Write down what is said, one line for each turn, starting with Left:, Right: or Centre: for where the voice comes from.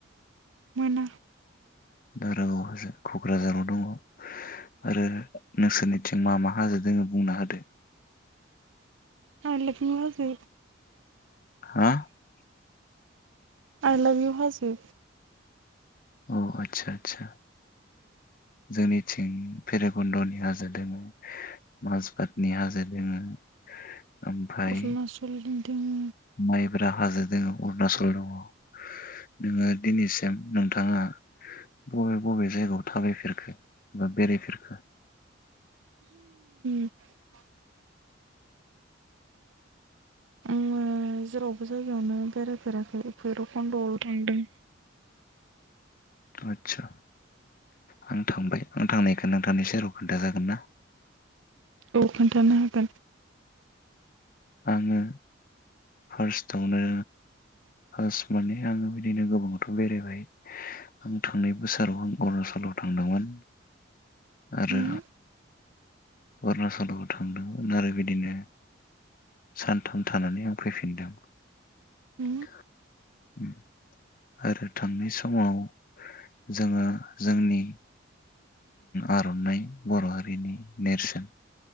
Right: मोनना
Left: दारागाव हाजो कक्राझाराव दङ आरो नोंसोरनिथिं मा मा हाजो दोङो बुंना होदो
Right: आ लोखनो हाजो
Left: हा
Right: आइ लाब इउ हाजो
Left: अ आदसा आदसा जोंनिथिं फेरागन्दनि हाजो दोङो माजबातनि हाजो दोङो ओमफ्राय
Right: अरुनाचलनि दोङो
Left: माइब्रा हाजो दोङ अरुणाचल दङ नोङो दिनैसिम नोंथाङा बबे बबे जायगायाव थाबायफेरखो बा बेरायफेरखो
Right: <unintelligible> आङो जेरावबो जायगायावनो बेरायफेराखै बैरखन्दयावल थांदों
Left: आदसा आं थांबाय आं थांनायखो नोंथांनि सेराव खोनथा जागोन ना
Right: औ खोन्थानो हागोन
Left: आङो फार्स्टआवनो फार्स्ट माने आङो बिदिनो गोबाङावथ बेरायबाय आं थांनाय बोसोराव आं अरुणाचलाव थांदोंमोन आरो
Right: उम
Left: अरुणचलाव थांदोंमोन आरो बिदिनो सानथाम थानानै आं फैफिनदों
Right: उ
Left: <unintelligible> आरो थांनाय समाव जोङो जोंनि आरनाइ बर हारिनि नेरसोन